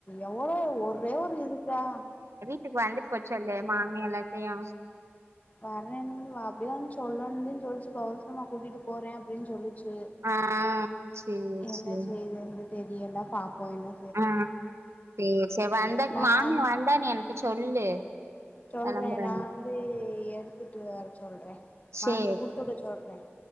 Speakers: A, on the left (about 35°); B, on the right (about 75°).
A: இவ்ளவு ஒரே ஒரு இதுக்கா
B: வீட்டுக் வந்துட் போச்சா இல்லையா மாமி எல்லாத்தியு
A: வர்றேன் அப்டிதா சொல்லனுன்தா சொல்ச்சு இப்ப அவசரமா கூட்டிட்டு போறே அப்டின் சொல்லுச்சு
B: ஆ சேரி
A: என்ன
B: சேரி
A: செய்துன்டு தெரியல பாப்போ இன்னு
B: ஆ சேர் சேர் வந்தா
A: நான்
B: மாமி வந்தா நீ என்ட்ட சொல்லு
A: சொல்றேன்
B: கெளம்புறேன்னு
A: நா வந்து எடுத்துட்டு வர சொல்றேன் மாமிட்ட
B: சேரி
A: குடுத்துட சொல்றேன்